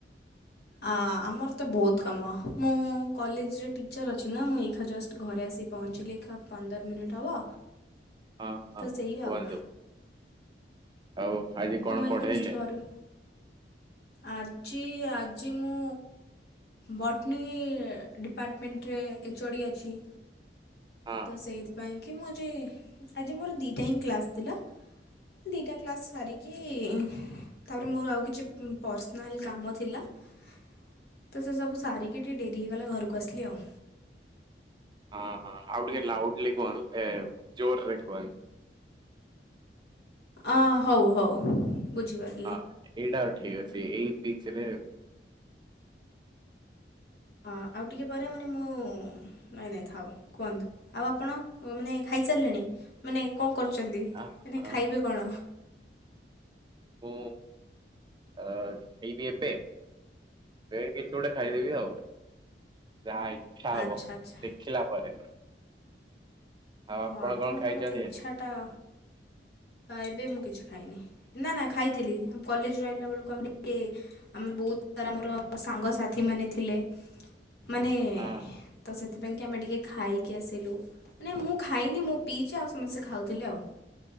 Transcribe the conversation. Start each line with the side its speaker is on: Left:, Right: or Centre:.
Left: ଆ ଆମର ତ ବହୁତ କାମ ମୁଁ ମୁଁ କଲେଜରେ ଟିଚର୍ ଅଛି ନା ମୁଁ ଏଇା ଜଷ୍ଟ ଘରେ ଆସିି ପହଞ୍ଚିଲିଖା ପନ୍ଦର ମିନିଟ୍ ହେବ।
Right: ହଁ ହଁ
Left: ତ ସେଇ
Right: କୁହନ୍ତୁ
Left: ଆଉ।
Right: ଆଉ ଆଜି
Left: ତ
Right: କଣ
Left: ମୁଁ ଏଇଖା
Right: ପଢେଇଲେ?
Left: ଜଷ୍ଟ ଘରୁ ଆଜି ଆଜି ମୁଁ ବଟନୀ ଡିପାର୍ଟମେଣ୍ଟରେ। ଏଚୋଡ଼ି ଅଛି।
Right: ହଁ
Left: ତ ସେଇଥିପାଇଁ କି ମୁଁ ଯେ ଆଜି ମୋର ଦୁଇଟା ହିଁ କ୍ଲାସ୍ ଥିଲା। ଦୁଇଟା କ୍ଲାସ୍ ସାରିକି ତାପରେ ମୋର ଆଉ କିଛି ପର୍ସନାଲ କାମ ଥିଲା। ତ ସେସବୁ ସାରିକି ଟିକେ ଡେରିଗଲା ଘରକୁ ଆସିଲି ଆଉ।
Right: ହଁ ହଁ ଆଉ ଟିକେ ଲାଉଡଲି କୁହନ୍ତୁ ଜୋର ରେ କୁହନ୍ତୁ।
Left: ଅ ହଉ ହଉ ବୁଝିପାରିଲ।
Right: ହଁ ଏଇଟା ଆଉ ଠିକ ଅଛି ଏଇ ପିଚ ରେ
Left: ହଁ ଆଉ ଟିକିଏ ପରେ ମାନେ ମୁଁ ନାଇଁ ନାଇଁ ଥାଉ କୁହନ୍ତୁ ଆଉ ଆପଣ ମାନେ ଖାଇସାରିଲେଣି? ମାନେ କଣ କରୁଛନ୍ତି,
Right: ଆ
Left: ମାନେ
Right: ହଁ
Left: ଖାଇବେ କଣ?
Right: ମୁ ଅ ଖାଇବି ଏବେ। ଏ କିଛି ଗୋଟେ ଖାଇଦେବି ଆଉ ଯାହା ଇଚ୍ଛା ହବ
Left: ଆଚ୍ଛା ଆଚ୍ଛା
Right: ଦେଖିଲା ପରେ। ଆଉ ଆପଣ
Left: ଓ ଆପଣଙ୍କର
Right: କଣ ଖାଇଛନ୍ତି
Left: ଇଚ୍ଛାଟା
Right: ଆଜି?
Left: ତ ଏବେ ମୁଁ କିଛି ଖାଇନି। ନା ନା ଖାଇଥିଲି କଲେଜ ରୁ ଆଇଲା ବେଳକୁ ଆମର ଟିକେ ଆମେ ବହୁତ ସାରା ମୋର ମୋ ସାଙ୍ଗସାଥି ମାନେ ଥିଲେ। ମାନେ
Right: ହଁ
Left: ତ ସେଥିପାଇଁ କି ଆମେ ଟିକେ ଖାଇକି ଆସିଲୁ ମାନେ ମୁଁ ଖାଇନି ମୁଁ ପିଇଛି ଆଉ ସମସ୍ତେ ଖାଉଥିଲେ ଆଉ।